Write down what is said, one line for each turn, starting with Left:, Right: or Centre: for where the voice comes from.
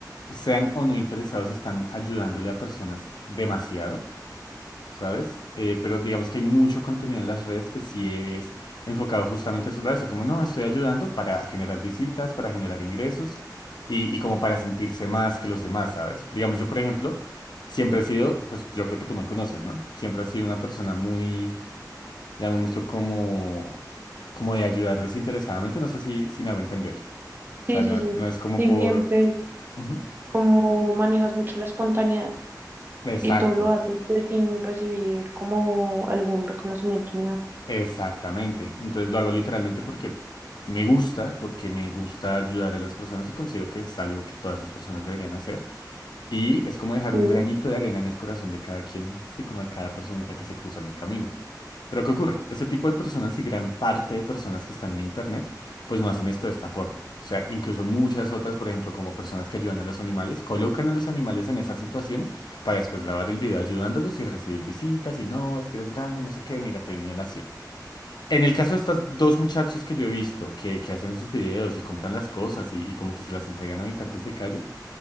Left: sean o no interesados están ayudándole a personas demasiado, ¿sabes? Eh, pero digamos que hay mucho contenido en las redes que sí es enfocado justamente solo a eso, como no, estoy ayudando para generar visitas, para generar ingresos y, y como para sentirse más que los demás, ¿sabes? Digamos yo, por ejemplo, siempre he sido, pues yo creo que tú me conoces, ¿no? Siempre he sido una persona muy llamémoslo como, como de ayudar desinteresadamente, no sé si, si me hago entender. O sea,
Right: Sí, sí,
Left: no,
Right: sí.
Left: no es como
Right: Y
Left: por...
Right: siempre
Left: Ujú.
Right: como manejas mucho la espontaneidad
Left: Exacto,
Right: y todo lo haces pues, sin recibir como algún reconocimiento ni nada.
Left: exactamente. Entonces lo hago literalmente porque me gusta, porque me gusta ayudar a las personas y considero que es algo que todas las personas deberían hacer. Y es como dejar
Right: Sí,
Left: un granito de arena en el corazón de cada quien, sí, como de cada personita que se cruza en mi camino. Pero ¿qué ocurre? Este tipo de personas y gran parte de personas que están en Internet, pues no hacen esto de esta forma. O sea, incluso muchas otras, por ejemplo, como personas que ayudan a los animales, colocan a los animales en esas situaciones para después grabar el video ayudándolos y recibir visitas y no, es que eres grande, no sé qué, mira, te he venido a naciendo. En el caso de estos dos muchachos que yo he visto que, que hacen esos videos y compran las cosas y, y como que se las entregan a habitantes de calle,